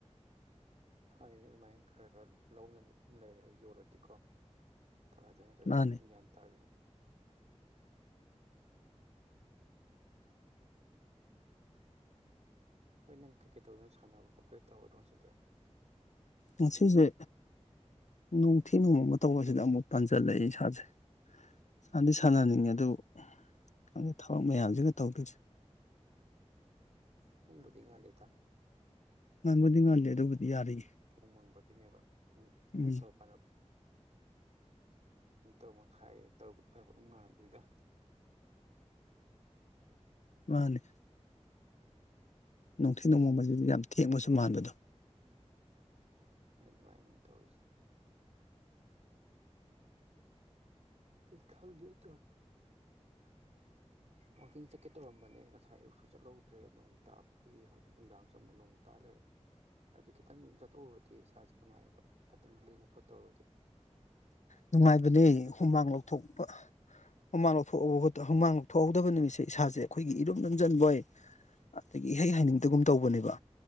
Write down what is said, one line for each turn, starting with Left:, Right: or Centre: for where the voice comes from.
Right: ꯐꯔꯦꯅꯦ ꯑꯗꯨ ꯃꯥꯏ ꯈꯔ ꯈꯔ ꯂꯧꯅꯕ ꯃꯐꯝ ꯂꯩꯔꯒ ꯌꯣꯜꯂꯗꯤꯀꯣ ꯑꯗꯨ ꯅꯠꯇ꯭ꯔꯗꯤ
Left: ꯃꯥꯅꯤ
Right: ꯒ꯭ꯌꯥꯟ ꯇꯥꯔꯣꯏꯗꯣꯏꯅꯦ ꯍꯣꯏ ꯅꯪ ꯀꯩꯀꯩ ꯇꯧꯗꯣꯏꯅꯣ ꯁꯥꯟꯅꯕ ꯈꯣꯠꯄ ꯇꯧꯔꯣꯏꯗꯔꯣ ꯉꯁꯤꯗꯤ
Left: ꯉꯥꯁꯤꯖꯦ ꯅꯅꯨꯡꯊꯤ ꯅꯨꯡꯃ ꯑꯃ ꯇꯧꯕꯁꯤꯗ ꯑꯃꯨꯛ ꯄꯟꯁꯤꯜꯂꯛꯏ ꯏꯁꯥꯁꯦ ꯁꯥꯟꯗꯤ ꯁꯥꯟꯅꯅꯤꯡꯉꯦ ꯑꯗꯨ ꯈꯪꯗꯦ ꯊꯕꯛ ꯃꯌꯥꯝꯁꯤꯅ ꯇꯧꯗꯣꯏꯁꯦ
Right: ꯄꯨꯡꯕꯨꯗꯤ ꯉꯥꯂꯗ
Left: ꯃꯪꯕꯨꯗꯤ ꯉꯂꯦ ꯑꯗꯨꯕꯗꯤ ꯌꯥꯔꯔꯤ
Right: ꯎꯨꯡ ꯃꯪꯕꯒꯤꯅꯦꯕ ꯎꯝ
Left: ꯎꯝ
Right: ꯇ ꯀꯥꯟꯗ ꯄꯨꯡ ꯇꯔꯨꯛ ꯃꯈꯥꯏ ꯇꯔꯨꯛꯥꯏ ꯄꯠꯉꯥ ꯑꯗꯨꯗ
Left: ꯃꯥꯅꯤ ꯅꯨꯡꯊꯤ ꯅꯣꯡꯃꯣꯡꯕꯁꯤꯗꯤ ꯌꯥꯝ ꯊꯦꯡꯕꯁꯨ ꯃꯥꯟꯕꯗꯣ
Right: ꯍꯣꯏ ꯑꯗꯨꯃꯥꯏꯅ ꯇꯧꯔꯤꯁꯦ ꯑꯩ ꯈꯪ ꯇ ꯋꯥꯋꯥꯛꯀꯤꯡ ꯆꯠꯀꯦ ꯇꯧꯔꯝꯕꯅꯦ ꯉꯁꯥꯏ ꯑꯌꯨꯛꯁꯨ ꯆꯠꯍꯧꯗ꯭ꯔꯦ ꯅꯣꯡ ꯇꯥꯕꯒꯤ ꯍꯧꯖꯤꯛ ꯅꯨꯡꯗꯥꯡꯁꯨ ꯑꯃꯨꯛ ꯅꯣꯡ ꯇꯥ ꯂꯩꯔꯦ ꯍꯥꯏꯕꯗꯤ ꯈꯤꯇꯪ ꯆꯠꯇꯧꯔꯨꯔꯗꯤ ꯏꯁꯥꯁꯦ ꯅꯨꯡꯉꯥꯏꯌꯦꯕ ꯈꯤꯇꯪ ꯂꯦꯡꯕ ꯈꯣꯠꯇꯧꯔꯗꯤ
Left: ꯅꯨꯡꯉꯥꯏꯕꯅꯤ ꯍꯨꯃꯥꯡ ꯂꯧꯊꯣꯛꯄ ꯍꯨꯃꯥꯡ ꯂꯧꯊꯣꯛꯑꯕ ꯑꯗꯣ ꯍꯨꯃꯥꯡ ꯂꯧꯊꯣꯛꯍꯧꯗꯕ ꯅꯨꯃꯤꯠꯁꯦ ꯏꯁꯥꯁꯦ ꯑꯩꯈꯣꯏꯒꯤ ꯏꯔꯨꯝ ꯂꯝꯁꯤꯟꯕꯣꯏ ꯑꯗꯒꯤ ꯏꯍꯩ ꯍꯩꯅꯤꯡꯗꯒꯨꯝ ꯇꯧꯕꯅꯦꯕ